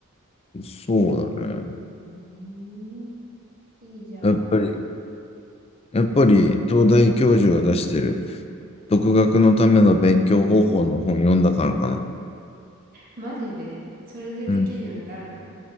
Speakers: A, on the left; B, on the right.
A: そうだね。
B: うーん。いいじゃん。
A: やっぱり、やっぱり東大教授が出してる独学のための勉強方法の本読んだからかな。
B: マジでそれでできるようになるの
A: うん。